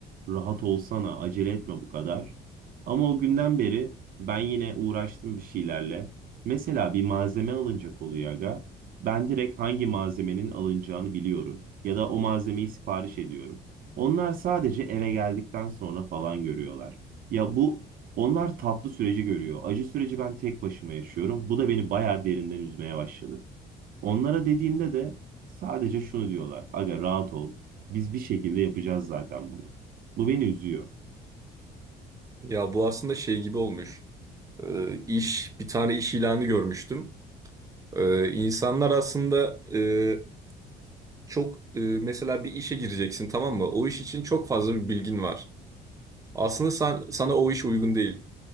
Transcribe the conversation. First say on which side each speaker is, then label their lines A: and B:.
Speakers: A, on the right (about 55°); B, on the right (about 20°).
A: Rahat olsana acele etme bu kadar. Ama o günden beri ben yine uğraştım bir şeylerle. Mesela bir malzeme alınacak oluyor aga. Ben direkt hangi malzemenin alınacağını biliyorum. Ya da o malzemeyi sipariş ediyorum. Onlar sadece eve geldikten sonra falan görüyorlar. Ya bu onlar tatlı süreci görüyor. Acı süreci ben tek başıma yaşıyorum. Bu da beni bayağı derinden üzmeye başladı. Onlara dediğimde de sadece şunu diyorlar. Aga rahat ol. Biz bir şekilde yapacağız zaten bunu. Bu beni üzüyor.
B: Ya bu aslında şey gibi olmuş. Ee, iş, bir tane iş ilanı görmüştüm. Ee, insanlar aslında e, çok e, mesela bir işe gireceksin tamam mı? O iş için çok fazla bir bilgin var. Aslında sen, sana o iş uygun değil.